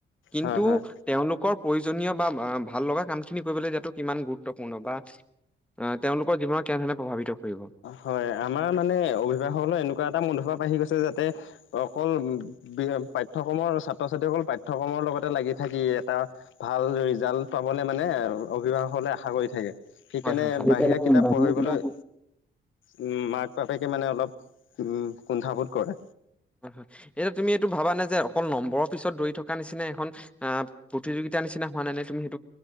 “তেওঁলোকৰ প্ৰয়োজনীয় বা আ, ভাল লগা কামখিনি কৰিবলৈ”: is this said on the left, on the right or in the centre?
Centre